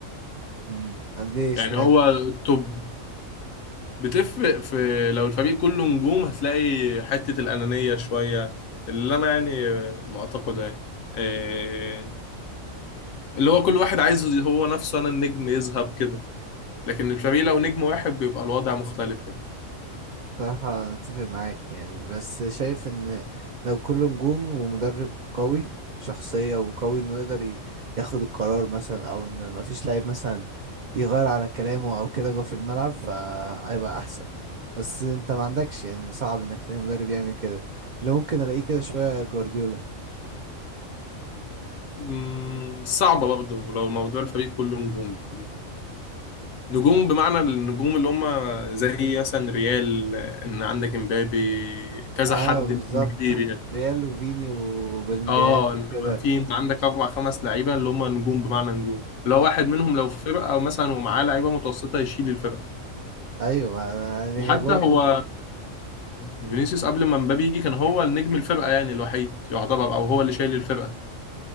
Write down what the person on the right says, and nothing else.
امم قد ايه اشمعنى
بصراحة أنا أتفق معاك يعني بس شايف إن لو كل نجوم ومدرب قوي شخصية وقوي إنه يقدر ي- ياخد القرار مثلا أو إن مفيش لعيب مثلا يغير على كلامه أو كده جوه في الملعب فهيبقى أحسن بس أنت ما عندكش يعني صعب إنك تلاقي مدرب يعمل كده اللي ممكن ألاقيه كده شوية جوارديولا
مم.
اه
بالظبط
ريال وفيني وبلينجهام
وكده
ايوه ما- يعني
هي برضو